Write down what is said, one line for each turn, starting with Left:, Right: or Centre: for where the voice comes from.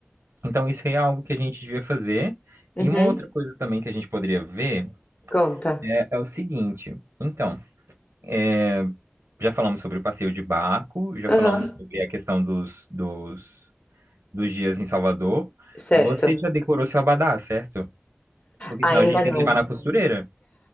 Right: então isso aí é algo que a gente devia fazer.
Left: Uhum.
Right: E uma outra coisa também que a gente poderia ver
Left: Conta.
Right: é, é o seguinte. Então, eh, já falamos sobre o passeio de barco, já
Left: Aham.
Right: falamos sobre a questão dos, dos, dos dias em Salvador.
Left: Certo.
Right: Você já decorou seu abadá, certo? Porque
Left: Ainda
Right: senão a gente tem
Left: não.
Right: que levar na costureira.